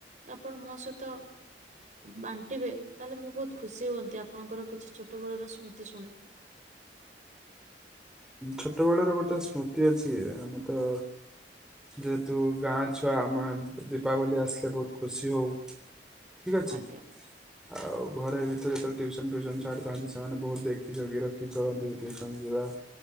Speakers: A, on the right; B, in the centre.
A: ଆପଣ ମୋ ସହିତ ବାଣ୍ଟିବେ ତାହେଲେ ମୁଁ ବହୁତ ଖୁସି ହୁଅନ୍ତି ଆପଣଙ୍କର କିଛି ଛୋଟ ବେଳର ସ୍ମୃତି ଶୁଣି
B: ଛୋଟବେେଳ ର ଗୋଟେ ସ୍ମୃତି ଅଛି ଆମେ ତ ଯେହେତୁ ଗାଁ ଛୁଆ ଆମ ଦୀପାବଳି ଆସିଲେ ବହୁତ ଖୁସି ହଉ। ଠିକ ଅଛି।
A: ଆଜ୍ଞା
B: ଆଉ ଘରେ ବି ତ ଯେତେବେଳେ ଟିଉସନ ଫ୍ୟୁଉସନ ଛାଡ଼ିଥାନ୍ତି ସେମାନେ ବହୁତ ଦେଖି ଜଗି ରଖିନ୍ତି ଟିଉସନ ଯିବା।